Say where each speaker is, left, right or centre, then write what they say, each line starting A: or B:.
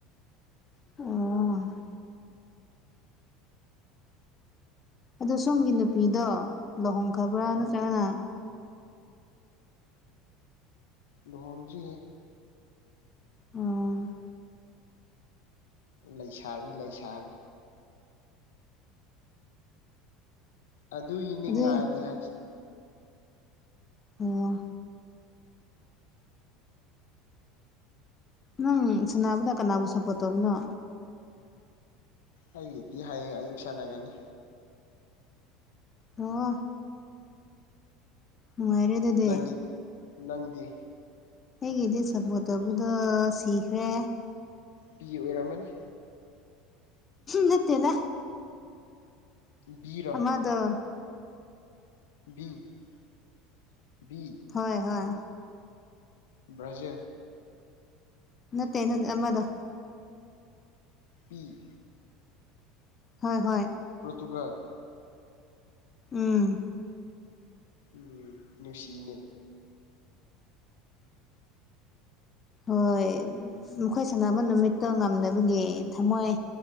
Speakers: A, on the left; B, on the left.
A: ꯑꯣ ꯑꯗꯣ ꯁꯣꯝꯒꯤ ꯅꯨꯄꯤꯗꯣ ꯂꯨꯍꯣꯡꯈꯕ꯭ꯔꯥ
B: ꯎꯝ
A: ꯅꯠꯇ꯭ꯔꯒꯅ
B: ꯂꯨꯍꯣꯡꯗ꯭ꯔꯤꯍꯦ
A: ꯎꯝ
B: ꯂꯩ ꯁꯥꯔꯤ ꯂꯩ ꯁꯥꯔꯤ ꯑꯗꯨꯒꯤ ꯏꯅꯤꯡꯉꯥꯏꯗꯤ
A: ꯑꯗꯨ
B: ꯍꯥꯏꯁꯦ
A: ꯑꯣ ꯅꯪ ꯁꯅꯥꯕꯗ ꯀꯅꯥꯕꯨ ꯁꯄꯣꯠ ꯇꯧꯕꯅꯣ
B: ꯑꯩꯒꯤꯗꯤ ꯍꯌꯦꯡ ꯑꯌꯨꯛ ꯁꯥꯟꯅꯒꯅꯤ
A: ꯑꯣ ꯅꯨꯡꯉꯥꯏꯔꯦ ꯑꯗꯨꯗꯤ
B: ꯅꯪ ꯅꯪꯗꯤ
A: ꯑꯩꯒꯤꯗꯤ ꯁꯞꯄꯣꯔꯠꯇꯧꯕꯗꯣ ꯁꯤꯈ꯭ꯔꯦ
B: ꯄꯤ ꯑꯣꯏꯔꯝꯃꯅꯤ
A: ꯅꯠꯇꯦꯅ
B: ꯕꯤꯔꯣ
A: ꯑꯃꯗ
B: ꯕꯤꯕꯤ
A: ꯍꯣꯏ ꯍꯣꯏ
B: ꯕ꯭ꯔꯥꯖꯤꯜ
A: ꯅꯠꯇꯦ ꯅꯠ ꯑꯃꯗ
B: ꯄꯤ
A: ꯍꯣꯏ ꯍꯣꯏ
B: ꯄꯣꯔꯇꯨꯒꯜ
A: ꯎꯝ
B: ꯎꯝ ꯅꯨꯡꯁꯤꯅꯦ
A: ꯍꯣꯏ ꯃꯈꯣꯏ ꯁꯥꯟꯅꯕ ꯅꯨꯃꯤꯠꯇꯣ ꯉꯝꯅꯕꯒꯤ ꯊꯝꯃꯣꯏ